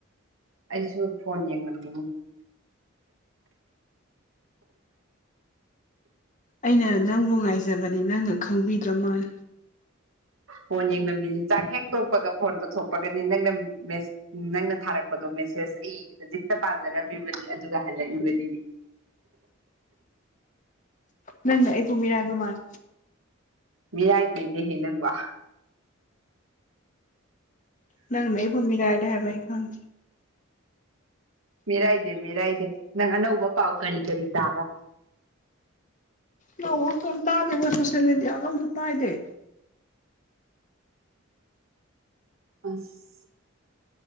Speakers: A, on the right; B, on the left.
A: ꯑꯩꯁꯨ ꯐꯣꯟ ꯌꯦꯡꯉꯟꯅꯤꯡꯉꯤ
B: ꯑꯩꯅ ꯅꯪꯕꯨ ꯉꯥꯏꯖꯕꯅꯤ ꯅꯪꯅ ꯈꯪꯕꯤꯗ꯭ꯔ ꯃꯥꯜ
A: ꯐꯣꯟ ꯌꯦꯡꯕꯃꯤꯅꯤ ꯆꯥꯛ ꯍꯦꯛ ꯇꯣꯛꯄꯒ ꯐꯣꯟ ꯄꯨꯊꯣꯛꯄꯒꯅꯤ ꯅꯪꯅ ꯅꯪꯅ ꯊꯥꯔꯛꯄꯗꯣ ꯃꯦꯁꯦ ꯁ ꯑꯩ ꯍꯧꯖꯤꯛꯇ ꯄꯥꯖꯔꯝꯃꯤꯕꯅꯤ ꯑꯗꯨꯒ ꯍꯜꯂꯛꯏꯕꯅꯤꯅꯦ
B: ꯅꯪꯅ ꯑꯩ ꯨꯝꯃꯤꯔ ꯍꯥꯏꯕꯃꯥꯟ
A: ꯃꯤꯔꯥꯏꯗꯅꯤꯍꯦ ꯅꯪꯕ
B: ꯅꯪ ꯅ ꯨꯃꯤꯒꯑꯗ ꯍꯥꯏꯦꯕ ꯏꯈꯪ
A: ꯃꯤꯦꯔꯥꯏꯗꯦ ꯃꯤꯦꯔꯥꯏꯗꯦ ꯅꯪ ꯑꯅꯧꯕ ꯄꯥꯎ ꯀꯔꯤ ꯀꯔꯤ ꯇꯥꯕ
B: ꯒ ꯇꯗ ꯏꯒ ꯁꯣꯁꯤꯜ ꯃꯗꯤꯌꯥꯒ ꯇ ꯇꯥ ꯏꯗꯦ
A: ꯑꯁ